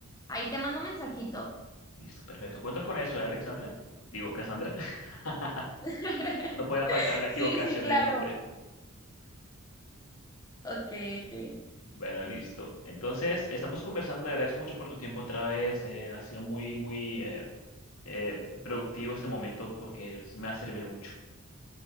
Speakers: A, on the left (about 15°); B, on the left (about 80°).
A: Ahí te mando un mensajito.
B: Listo, perfecto. Cuento con eso, ¿eh, Alexandra? Digo, Cassandra. <laughs>
A: <laughs>
B: No podía faltar la equivocación
A: Sí, sí, claro.
B: del nombre.
A: Ok, ok.
B: Bueno, listo. Entonces, estamos conversando. Te agradezco mucho por tu tiempo otra vez. eh, ha sido muy, muy eh, eh, productivo este momento porque sí me va a servir mucho.